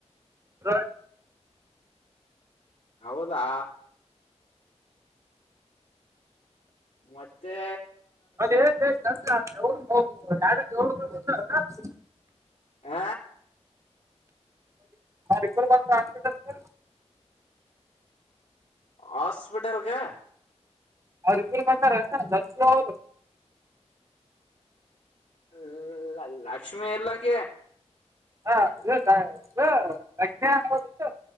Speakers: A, on the right; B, on the left.
A: ರ್
B: ಹೌದಾ ಮತ್ತೆ
A: ಅದೇ ಯಾರ <unintelligible>
B: ಆ
A: ಅವರಿಬ್ಬರ್ ಬಂದ್ರಾ ಹಾಸ್ಪಿಟಲ್ ಗ
B: ಹಾಸ್ಪಿಟಲ್ ಗ
A: ಅವರು ಇಬ್ಬರು ಬಂದಾರೆನ ಲಕ್ಷ್ಮಿವರು
B: ಹ್ಮ ಅಲ್ಲ ಲಕ್ಷ್ಮಿ ಎಲ್ಲಕ
A: ಹಾ ಇದು ಇದು ಕಟ್ನ ಆದು